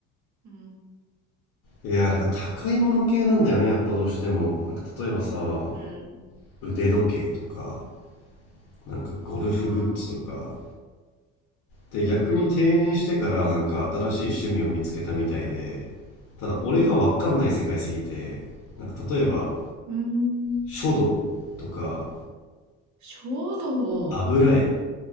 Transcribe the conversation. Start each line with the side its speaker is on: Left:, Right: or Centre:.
Right: うん。
Left: いや、なんか高いもの系なんだよね、やっぱどうしても。なんか例えばさ、
Right: うん。
Left: 腕時計とか、なんかゴルフグッズとか、
Right: ああ。
Left: で、逆に定年してからなんか新しい趣味を見つけたみたいで、
Right: うん。
Left: ただ俺がわかんない世界すぎて、
Right: うん。
Left: なんか例えば
Right: うん。
Left: 書道とか
Right: 衝動。
Left: 油絵